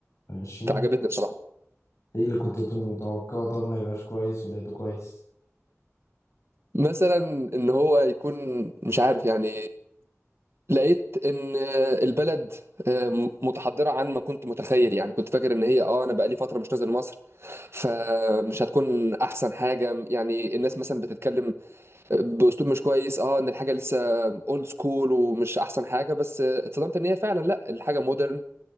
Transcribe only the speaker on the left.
ماشي
ايه اللي كنت متوقعه طب ما يبقاش كويس ولقيته كويس